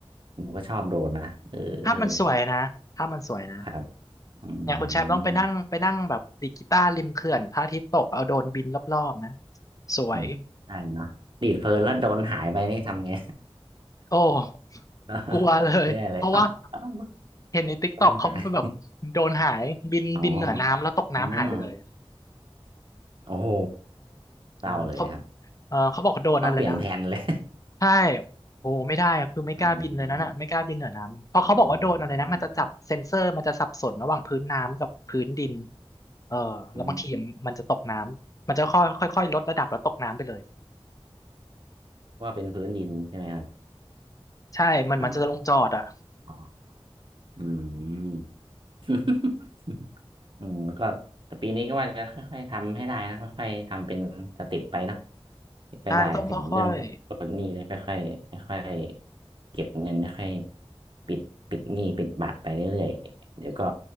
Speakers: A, on the right; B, on the left.
A: ผมก็ชอบโดรนนะเออเออ
B: ภาพมันสวยนะภาพมันสวยนะ
A: ครับอื
B: อย่างคุณแชมป์ต้องไปนั่งไปนั่งแบบดีดกีตาร์ริมเขื่อนพระอาทิตย์ตกเอาโดรนบินรอบๆนะ
A: ม
B: สวย
A: อืมใช่เนาะดีดเพลินแล้วโดรนหายไปนี่ทำไง
B: โอ้
A: <laughs>
B: กลัวเลยเพราะว่า
A: ไม่ไเลยอ้าวอ้าว
B: เห็นในติ๊กต็อกเขาแบบโดรนหายบินบินเหนือน้ำแล้วตกน้ำหายไปเลย
A: โดรนหายอ๋ออืมโอ้โหเศร้าเลยครับ
B: เออเขาเออเขาบอกเขาโดนนั่นเลยนะ
A: ต้องเปลี่ยนแผนเลย <laughs>
B: ใช่โอ้ไม่ได้อะคือไม่กล้าบินเลยน่นอ่ะไม่กล้าบินเหนือน้ำเพราะเขาบอกว่าโดรนอะไรนะมันจะจับเซ็นเซอร์มันจะสับสนระหว่างพื้นน้ำกับพื้นดิน
A: อ๋ออืม
B: เออแล้วบางทีมันจะตกน้ำมันจะค่อยค่อยๆลดระดับแล้วตกน้ำไปเลย
A: อืว่าเป็นพื้นดินใช่ไหมครับ
B: ใช่มันมันจะลงจอดอ่ะ
A: อ๋ออ๋ออืม <laughs> อืมแล้วก็แต่ปีนี้ก็ว่าจะค่อยๆทำให้ได้นะค่อยๆทำเป็นสเต็ปไปเนอะจะได้ถึงเรื่องผลผลหนี้นะค่อยๆค่อยๆเก็บเงินค่อยๆปิดปิดหนี้ปิดบัตรไปเรื่อยๆเดี๋ยวก็
B: ใช่ต้องค่อย